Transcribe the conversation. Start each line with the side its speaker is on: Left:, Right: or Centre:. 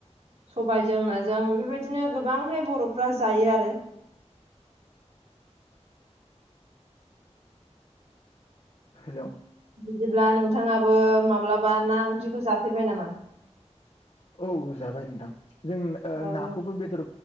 Right: सबायजों नाजों बेबायदिनो गोबांहाय बर'फ्रा जायो आरो।
Left: हेल'?
Right: बिदिब्ला नोंथाङाबो माब्लाबा ना ओंख्रिखौ जाफेरबाय नामा?
Left: औ जाबाय नोंथां जों ओ
Right: औ
Left: नाखौबो
Right: नों
Left: बेदर